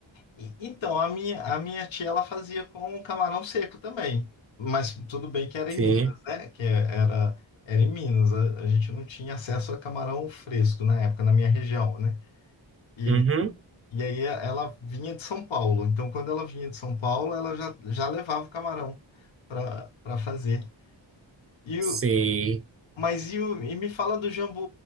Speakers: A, on the left (about 75°); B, on the right (about 30°).
A: E- Então, a minha, a minha tia, ela fazia com camarão seco também. Mas tudo bem que era
B: Sim.
A: em Minas, né? Que era, era em Minas. A, a gente não tinha acesso a camarão fresco na época, na minha região, né? E,
B: Uhum.
A: e aí ela vinha de São Paulo. Então, quando ela vinha de São Paulo, ela já, já levava o camarão para para fazer. E, o-
B: Sim.
A: Mas e, o- e me fala do jambu.